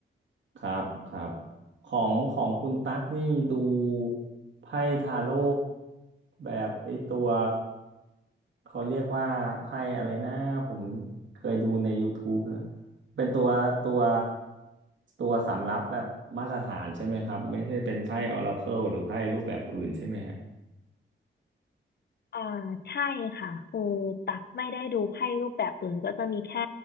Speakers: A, on the right; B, on the left.
A: ครับครับของของคุณตั๊กนี่ดูไพ่ทาโร่แบบไอ้ตัวเขาเรียกว่าไพ่อะไรนะผมเคยดูใน YouTube นะเป็นตัวตัวตัวสำรับแบบมาตรฐานใช่ไหมครับไม่ใช่เป็นไพ่ออราเคิลหรือไพ่รูปแบบอื่นใช่ไหมฮะ
B: อ่าใช่ค่ะคือตักไม่ได้ดูไพ่รูปแบบอื่นก็จะมีแค่